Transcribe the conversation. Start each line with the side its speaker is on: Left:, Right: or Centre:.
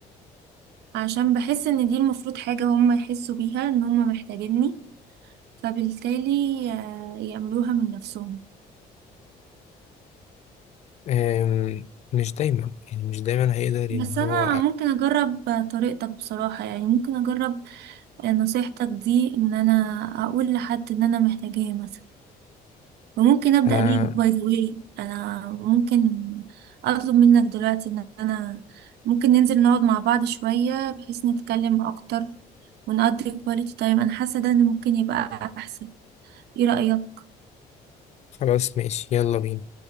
Right: عشان بحس ان دي المفروض حاجة هم يحسوا بيها ان هم محتاجيني فبالتالي آه، يعملوها من نفسهم
Left: أم، مش دايما يعني مش دايما هيقدر ان
Right: بس انا
Left: هو
Right: ممكن اجرب طريقتك بصراحة يعني ممكن اجرب آه، نصيحتك دي ان انا اقول لحد ان انا محتاجاه مثلا وممكن ابدأ
Left: انا
Right: بيك باي ذا واي انا ممكن اطلب منك دلوقتي ان انا ممكن ننزل نقعد مع بعض شوية بحيث نتكلم اكتر ونقضي كواليتي تايم انا حاسة ده ان ممكن يبقى احسن ايه رأيك
Left: خلاص ماشي يلا بينا